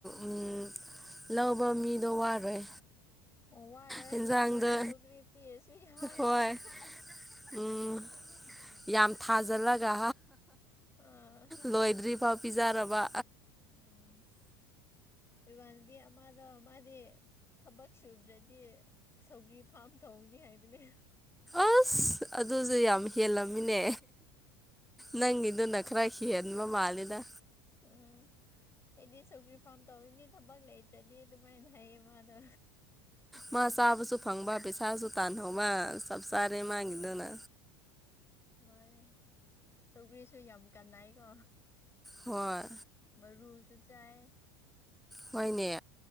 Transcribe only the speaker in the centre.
ꯎꯝ ꯂꯧꯕ ꯃꯤꯗꯣ ꯋꯥꯔꯣꯏ
ꯌꯦꯟꯖꯥꯡꯗꯣ
ꯍꯣꯏ
ꯎꯝ ꯌꯥꯝ ꯊꯥꯖꯤꯜꯂꯒ
ꯂꯣꯏꯗ꯭ꯔꯤꯐꯥꯎ ꯄꯤꯖꯔꯕ
ꯑꯁ ꯑꯗꯨꯁꯨ ꯌꯥꯝ ꯍꯦꯜꯂꯝꯃꯤꯅꯦ ꯅꯪꯒꯤꯗꯨꯅ ꯈꯔ ꯍꯦꯟꯕ ꯃꯥꯜꯂꯤꯗ
ꯃꯥ ꯆꯥꯕꯁꯨ ꯐꯪꯕ ꯄꯩꯁꯥꯁꯨ ꯇꯥꯟꯍꯧꯕ ꯆꯞ ꯆꯥꯔꯦ
ꯃꯥꯒꯤꯗꯨꯅ
ꯍꯣꯏ
ꯍꯣꯏꯅꯦ